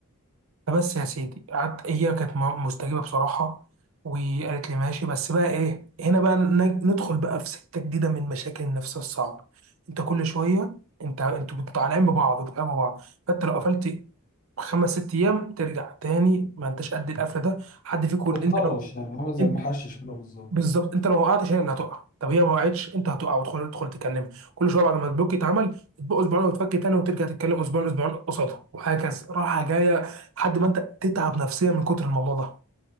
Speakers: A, on the right (about 70°); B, on the left (about 35°).
A: فبس يا سيدي قعدت هي كانت م- مستجيبه بصراحه وقالت لي ماشي بس بقى ايه هنا بقى نج- ندخل بقى في سكه جديده من مشاكل النفس الصعبه انت كل شويه انت انتوا بتبقوا طالعين ببعض وبتحبوا بعض فانت لو قفلت خمس ست ايام ترجع تاني ما انتش قد القفله ده حد فيكم
B: بتهرش
A: انت لو
B: يعني عامل زي
A: انت
B: المحشش كده بالظبط
A: بالظبط انت لو وقعتش هي اللي هتقع طب هي ما وقعتش انت هتقع وتدخل تدخل تكلمها كل شويه بعد ما البلوك يتعمل تبقى اسبوعين وتفك تاني وترجع تتكلم اسبوعين اسبوعين قصادها وهكذا راحه جايه لحد ما انت تتعب نفسيا من كتر الموضوع ده